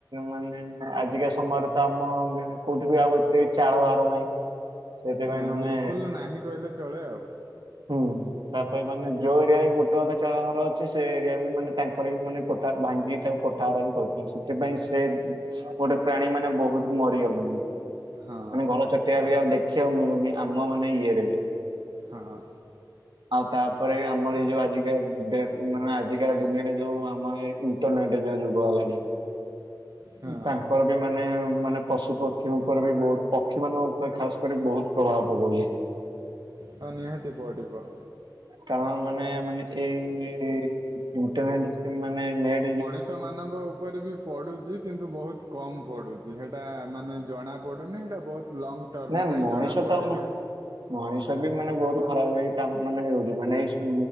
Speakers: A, on the right; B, on the right.
A: ମାନେ ଆଜିକା ସମୟରେ ତ ଆମ କୋଉଠି ବି ଆଉ ଏତେ ଚାଳ ଘର ନାହିଁ। ସେଥିପାଇଁ
B: ନା
A: ମାନେ
B: ବିଲକୁଲ ନାହିଁ କହିଲେ ଚଳେ ଆଉ।
A: ହୁଁ ତାପାଇଁ ମାନେ ଯୋଉ ଏରିଆରେ ଗୋଟେ ଅଧା ଚାଳଘର ଅଛି ସେ ଏରିଆ ବି ମାନେ ତାଙ୍କର ବି ମାନେ କୋଟା ଭାଙ୍ଗିକି ତାକୁ କୋ ଠା ବାଡ଼ି ବି କରୁଛନ୍ତି ସେଥିପାଇଁ ସେ ସବୁ ପ୍ରାଣୀ ମାନେ ବହୁତ ମରିଗଲେଣି।
B: ହଁ
A: ମାନେ ଘର ଚଟିଆ ବି ଆଉ ଦେଖିବାକୁ ମିଳୁନି ଆମ ମାନେ ଇଏରେ ବି।
B: ହଁ ହଁ
A: ଆଉ ତାପରେ ବି ଆମର ଏଇ ଯୋଉ ଆଜିକା ଡେଟ ମାନେ ଆଜିକା ଦୁନିଆରେ ଯୋଉ ଆମ ଇଣ୍ଟେର୍ନେଟ ଯୋଉ ଯୁଗ ହେଲାଣି।
B: ହଁ
A: ତାଙ୍କର ବି ମାନେ ମାନେ ପଶୁ ପକ୍ଷୀ ଉପରେ ବି ବହୁତ ପକ୍ଷୀ ମାନଙ୍କ ଉପରେ ଖା ରେ ବହୁତ ପ୍ରଭାବ ପକାଉଛି।
B: ହଁ ନିହାତି ପଡିବ।
A: କାରଣ ମାନେ ମାନେ ଏଇ ଇଣ୍ଟରନେଟ ମାନେ ନେଟ
B: ମଣିଷ ମାନଙ୍କ ଉପରେ ବି ପଡୁଛି କିନ୍ତୁ ବହୁତ କମ ପଡୁଛି। ଯେଟା ମାନେ ଜଣା ପଡୁନି ସେଟା ବହୁତ ଲଙ୍ଗ ଟର୍ମ
A: ନା
B: ପାଇଁ
A: ମଣିଷ
B: ଜଣା ପଡିବ।
A: ତ ଆମ ମଣିଷ ବି ମାନେ ବହୁତ ଖରାପ ଏ ମାନେ ହଉଛି ମାନେ ଏଇ